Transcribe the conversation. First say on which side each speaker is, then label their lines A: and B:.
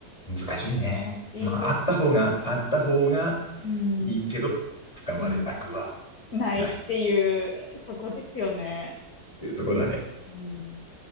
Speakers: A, on the left (about 20°); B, on the left (about 55°).
A: ん、難しいね。
B: 難しいです。
A: まあ、あった方が、あった方が
B: うん、
A: いいけど、使われたくは
B: うん、ないっていう、
A: ない。
B: そこですよね。
A: っていうところはね、
B: うん。